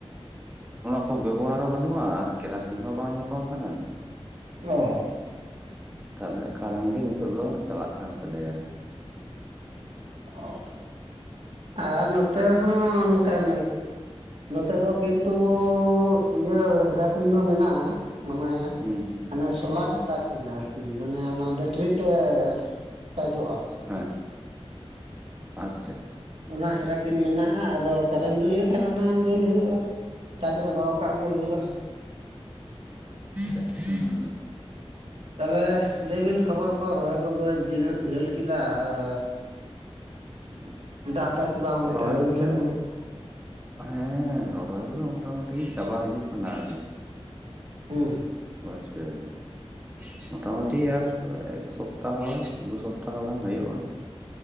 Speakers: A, on the right; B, on the right.
A: ᱚᱱᱟ ᱠᱚ ᱵᱮᱵᱚᱦᱟᱨ ᱦᱚᱸ ᱵᱟᱹᱱᱩᱜᱼᱟ ᱟᱨ ᱠᱮᱨᱟᱥᱤᱝ ᱦᱚᱸ ᱵᱟᱝ ᱧᱟᱯᱟᱢ ᱠᱟᱱᱟ᱾
B: ᱚ
A: ᱠᱟᱨᱮᱜ ᱠᱟᱨᱮᱱ ᱜᱮ ᱱᱤᱛᱚᱜ ᱫᱚ ᱪᱟᱞᱟᱜ ᱠᱟᱱ ᱛᱟᱞᱮᱭᱟ᱾
B: ᱚ ᱟᱨ ᱱᱚᱛᱮ ᱦᱚᱸ ᱚᱱᱠᱟᱱ, ᱱᱚᱛᱮ ᱫᱚ ᱠᱤᱱᱛᱩᱻ ᱤᱭᱟᱹ ᱦᱮᱨᱟ ᱠᱤᱱ ᱫᱚ ᱢᱮᱱᱟᱜᱼᱟ ᱢᱟᱱᱮ
A: ᱦᱩᱸ᱾
B: ᱦᱟᱱᱮ ᱥᱳᱞᱟᱨ ᱦᱮᱞᱟ ᱠᱤᱱ ᱟᱨᱠᱤ ᱢᱟᱱᱮ ᱚᱱᱟ ᱵᱮᱴᱨᱤ ᱛᱮ ᱪᱟᱨᱡᱚᱜᱼᱟ᱾
A: ᱦᱮᱸ ᱟᱪᱷᱟ᱾
B: ᱚᱱᱟ ᱦᱮᱨᱟ ᱠᱤᱱ ᱢᱮᱱᱟᱜᱼᱟ ᱟᱫᱚ ᱠᱟᱨᱮᱱ ᱫᱟᱹᱲ ᱞᱮᱱᱠᱷᱟᱱ ᱚᱱᱟ ᱡᱩᱞ ᱦᱩᱭᱩᱜᱼᱟ᱾ ᱪᱟᱡᱽ ᱨᱮ ᱫᱚᱦᱚ‌ ᱠᱟᱜ ᱜᱮ ᱦᱩᱭᱩᱜᱼᱟ᱾
A: ᱟᱪᱪᱷᱟ, ᱦᱩᱸ, <unintelligible>
B: ᱛᱟᱦᱚᱞᱮ ᱞᱟᱹᱭ ᱵᱤᱱ ᱠᱷᱚᱵᱚᱨ ᱠᱚ ᱨᱚᱦᱚᱭ ᱠᱚᱫᱚ ᱛᱤᱱᱟᱹᱜ ᱡᱷᱟᱹᱞ ᱠᱮᱫᱟ ᱟᱨ
A: ᱦᱩ,
B: ᱫᱟᱜ ᱫᱟᱭ ᱥᱮ ᱵᱟᱝ ᱚᱱᱛᱮ
A: ᱨᱚᱦᱚᱭ
B: ᱟᱹᱵᱤᱱ
A: ᱠᱚᱫᱚ,
B: ᱥᱮᱫ ᱦᱚᱸ
A: ᱦᱮᱸ ᱨᱚᱦᱚᱭ ᱠᱚᱫᱚ ᱢᱚᱴᱟ ᱢᱩᱩᱴᱤ ᱪᱟᱵᱟ ᱦᱤᱡᱩᱜ ᱠᱟᱱᱟ ᱟᱨᱠᱤ,
B: ᱦᱩᱸ,
A: <unintelligible> ᱢᱚᱴᱟ ᱢᱩᱴᱤ ᱟᱨ ᱮᱠ ᱥᱚᱯᱛᱟᱦᱚ ᱫᱩ ᱥᱚᱯᱛᱟᱦᱚ ᱜᱟᱱ ᱦᱩᱭᱩᱜᱼᱟ᱾